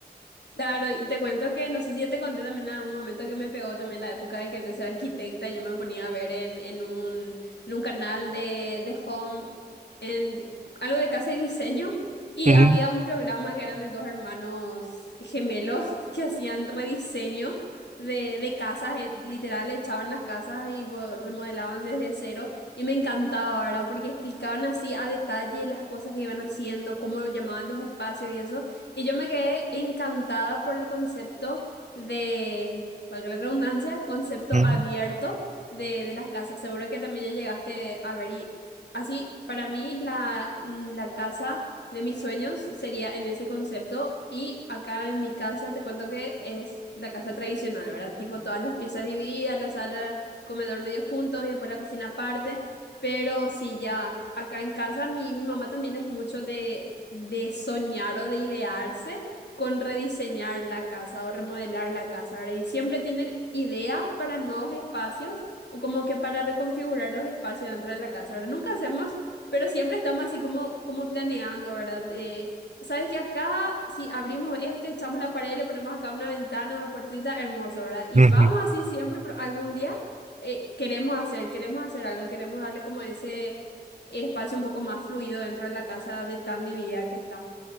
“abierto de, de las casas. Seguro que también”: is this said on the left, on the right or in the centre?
Left